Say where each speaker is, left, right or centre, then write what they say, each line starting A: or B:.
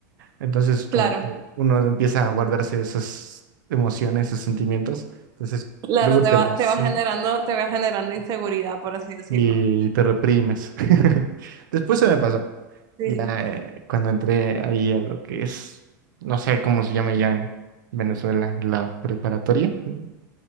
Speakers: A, on the right (about 85°); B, on the right (about 35°).
A: Entonces, como
B: Claro.
A: que uno empieza a guardarse esas emociones, esos sentimientos. Entonces,
B: Claro,
A: luego
B: te
A: te
B: va,
A: emociona
B: te va generando, te va generando inseguridad, por así decirlo.
A: y te reprimes. <laughs> Después se me pasó.
B: Sí.
A: Ya eh, cuando entré ahí a lo que es, no sé cómo se llama ya en Venezuela, la preparatoria, mm,